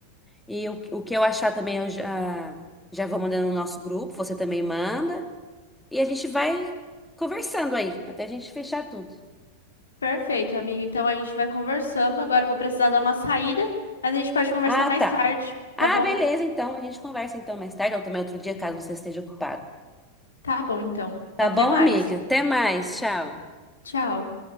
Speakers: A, in the centre; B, on the left.
A: e o, o que eu achar também eu já já vou mandando no nosso grupo, você também manda. E a gente vai conversando aí, até a gente fechar tudo.
B: Perfeito, amigo. Então a gente vai conversando. Agora eu vou precisar dar uma saída, mas a gente pode conversar
A: Ah,
B: mais
A: tá.
B: tarde,
A: Ah,
B: tá bom?
A: beleza, então. A gente conversa então mais tarde ou também outro dia, caso você esteja ocupado.
B: Tá bom, então.
A: Tá
B: Até
A: bom,
B: mais.
A: amiga? Até mais. Tchau.
B: Tchau.